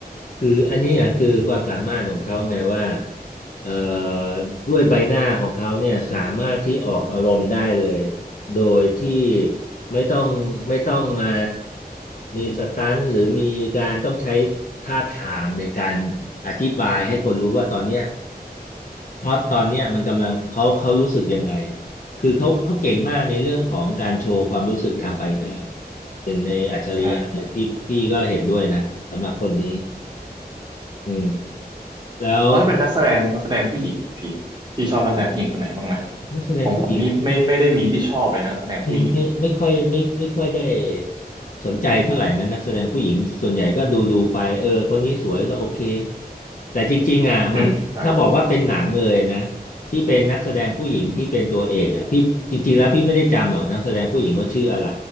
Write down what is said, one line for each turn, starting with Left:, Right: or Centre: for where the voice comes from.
Left: คืออันเนี้ยคือความสามารถของเขาไงว่าเอ่อด้วยใบหน้าของเขาเนี่ยสามารถที่ออกอารมณ์ได้เลยโดยที่ไม่ต้องไม่ต้องมามีสตันท์หรือมีการต้องใช้ท่าทางในการอธิบายให้คนรู้ว่าตอนเนี้ยเพราะตตอนเนี้ยมันกำลังเขาเขารู้สึกยังไงคือเขาเขาเก่งมากในเรื่องของการโชว์ความรู้สึกทางใบหน้าหนึ่งในอัจฉริยะเนี่ยที่พี่ก็เห็นด้วยนะสำหรับคนนี้
Right: ใช่ครับ
Left: อืม แล้ว
Right: แล้วถ้าเป็นนักแสดงนักแสดงผู้หญิงพี่พี่ชอบนักแสดงผู้หญิงคนไหนบ้างไหม
Left: นักแสดงผู้หญิงที่
Right: ของผมนี่ไม่ไม่ได้มีที่ชอบเลยนะนักแสดงผู้หญิง
Left: ไม่ไม่ไม่ค่อยไม่ไม่ค่อยได้สนใจเท่าไหร่นะนักแสดงผู้หญิงส่วนใหญ่ก็ดูดูไปเออคนนี้สวยก็โอเคแต่จริงๆอ่ะมันถ้าบอกว่าเป็นหนังเลยนะ
Right: อืมใช่พี่
Left: ที่เป็นนักแสดงผู้หญิงที่เป็นตัวเอกอ่ะพี่จริงๆแล้วพี่ไม่ได้จำหรอกนักแสดงผู้หญิงว่าชื่ออะไร